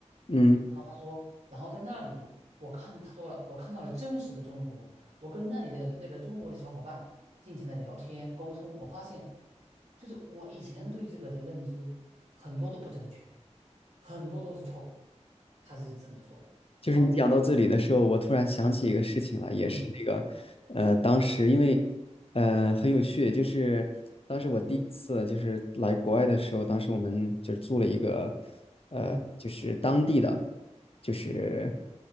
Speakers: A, on the left; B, on the right.
A: 嗯，
B: 然后他说，然后在那里。我看他说了，我看到了真实的中国，我跟那里的那个中国的小伙伴进行了聊天沟通，我发现，就是我以前对这个的认知很多都不正确。很多都是错误的，他是这么说。
A: 就是你讲到这里的时候，
B: 然后，
A: 我突然想起一个事情了，也是那个，
B: 嗯
A: 呃，当时因为，呃，很有趣，就是当时我第一次就是来国外的时候，
B: 嗯
A: 当时我们就是住了一个，呃，
B: 嗯
A: 就是当地的，就是